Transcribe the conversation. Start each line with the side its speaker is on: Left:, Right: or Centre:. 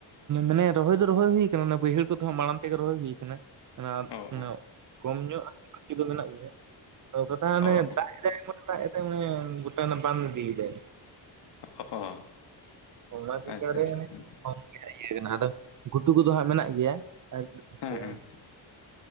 Right: ᱢᱟᱱᱮ ᱨᱚᱦᱚᱭ ᱫᱚ ᱨᱚᱦᱚᱭ ᱦᱩᱭ ᱠᱟᱱᱟ ᱚᱱᱟ ᱵᱟᱹᱭᱦᱟᱹᱲ ᱠᱚᱫᱚ ᱢᱟᱲᱟᱝ ᱛᱮᱜᱮ ᱨᱚᱦᱚᱭ ᱦᱩᱭ ᱟᱠᱟᱱᱟ ᱚᱱᱟ
Left: ᱚ
Right: ᱚᱱᱟ
Left: ᱚ
Right: ᱠᱚᱢ ᱧᱚᱜ ᱵᱟᱠᱤ ᱫᱚ ᱢᱮᱱᱟᱜ ᱜᱮᱭᱟ ᱛᱚ ᱠᱟᱛᱷᱟ ᱚᱱᱮ
Left: ᱚ
Right: ᱫᱟᱜ ᱮᱫᱟᱭ ᱮᱢᱚᱱ <unintelligible> ᱜᱚᱴᱟ ᱵᱟᱱ ᱤᱫᱤᱭ ᱫᱟᱭ᱾
Left: ᱚ ᱚ
Right: <unintelligible>
Left: ᱟᱪᱪᱷᱟ
Right: ᱨᱮ
Left: ᱟᱪᱪᱷᱟ
Right: <unintelligible> ᱟᱫᱚ ᱜᱷᱩᱴᱩ ᱠᱚᱫᱚ ᱦᱟᱸᱜ ᱢᱮᱱᱟᱜ ᱜᱮᱭᱟ <unintelligible>
Left: ᱦᱮᱸ